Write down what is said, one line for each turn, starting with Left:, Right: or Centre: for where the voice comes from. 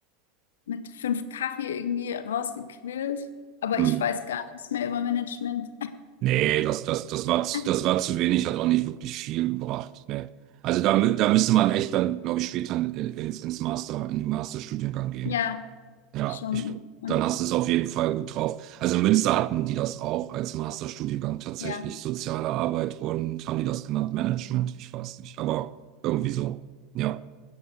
Left: mit fünf Kaffee irgendwie rausgequillt. Aber
Right: mm.
Left: ich weiß gar nichts mehr über Management.
Right: Nee, das, das, das war,
Left: <laughs>
Right: z- das war zu wenig, hat auch nicht wirklich viel gebracht. Nee. Also da, mü- da müsste man echt dann, glaube ich, später in, ins, ins Master, in den Masterstudiengang gehen.
Left: Ja,
Right: Ja,
Left: schon.
Right: ich glaube,
Left: Und
Right: dann hast du es auf jeden Fall gut drauf. Also in Münster hatten die das auch als Masterstudiengang tatsächlich,
Left: ja.
Right: soziale Arbeit und haben die das genannt Management? Ich weiß nicht, aber irgendwie so. Ja.